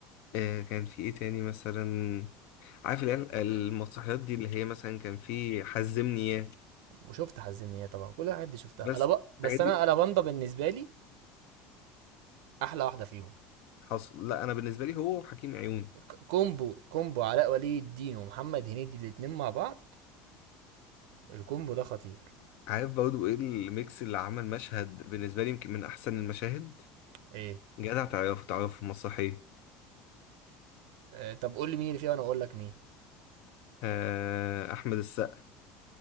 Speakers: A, on the left; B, on the right.
A: آه كان في ايه تاني مثلا عارف اللي هي المسرحيات دي اللي هي مثلا كان في حزمني ياه
B: وشفت حزمنيه طبعا كل الحاجات دي شفتها
A: بس
B: ألبا
A: الحاجات
B: بس انا
A: دي
B: الاباندا بالنسبه لي احلى واحده فيهم
A: حصل لا انا بالنسبه لي هو وحكيم عيون
B: ك- كومبو كومبو علاء ولي الدين ومحمد هنيدي الاتنين مع بعض الكومبو ده خطير
A: عارف برضو ايه الميكس اللي عمل مشهد بالنسبه لي يمكن من احسن المشاهد
B: ايه
A: جدع تعرفه تعرفه في المسرحيه
B: آه طب قول لي مين اللي فيه وانا اقول لك مين
A: آه احمد السقا